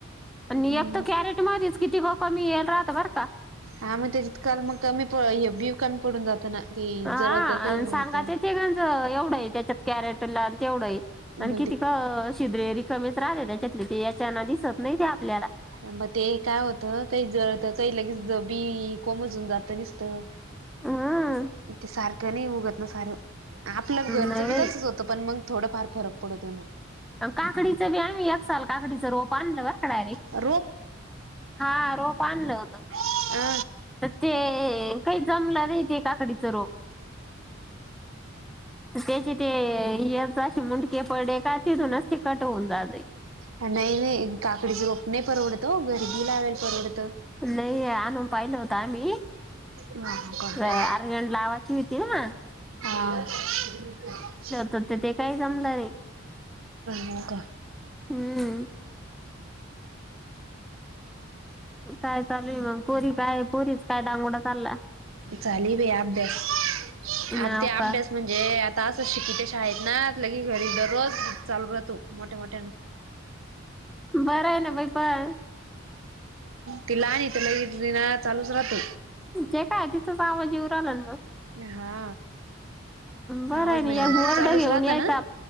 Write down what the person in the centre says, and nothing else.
आणि
एक तर <unintelligible> मधीच किती <unintelligible> मी येईल रातभर का
हां
आन सांगा
ते गंज एवढं आहे <unintelligible> कॅरेटला तेवढं आहे आणि
किती
क <unintelligible> रिकामेच राहिले त्याच्यातले ते याच्याना दिसत नाही ते आपल्याला.
हम्म
नाही
बाई
काकडीचं बी आम्ही एक साल काकडीचं रोप आणलं बरं का डायरेक्ट.
हां रोप आणलं होतं.
तर ते काही जमलं नाही ते काकडीचं रोप. त्याचे ते याचं असे मुंडके पडे का तिथूनच ती कट होऊन <unintelligible>
नाही हे आणून पाहिलं होतं आम्ही.
अ अरजंट लावाची होती ना मग.
तर ते ते काही जमलं नाही
हम्म काय चालूय मग पुरी काय प पुरीच काय दांगोडा चालला
नाव
का
बरं आहे ना बाई पण
जे काय तिथंच आवाजीऊ आलं मग
बरं
ना एक बोर्ड
घेऊन
यायचा